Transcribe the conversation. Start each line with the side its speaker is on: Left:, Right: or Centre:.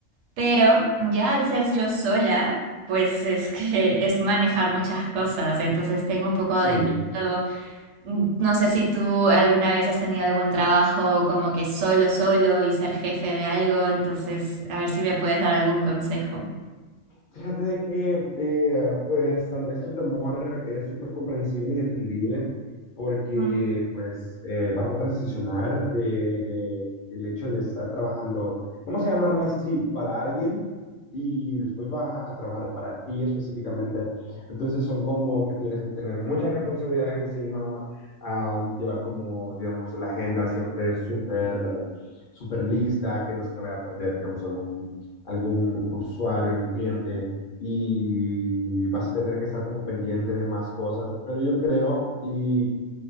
Right: Pero ya al ser yo sola, pues es que <laughs> es manejar muchas cosas, entonces tengo un poco
Left: Sí,
Right: de miedo. No sé si tú alguna vez has tenido algún trabajo como que solo, solo y ser jefe de algo, entonces a ver si me puedes dar algún consejo.
Left: Fíjate de que, eh, pues, tal vez tu temor es súper comprensible y entendible porque,
Right: Mm,
Left: pues, eh, vas a transicionar de, el hecho de estar trabajando, vamos a llamarlo así, para alguien y después vas a trabajar para ti específicamente. Entonces son como que tienes que tener muchas responsabilidades encima, ah, llevar como, digamos, la agenda siempre súper, súper lista, que no se te vaya a perder, digamos, algún algún usuario, algún cliente, y vas a tener que estar como pendiente de más cosas. Pero yo creo, y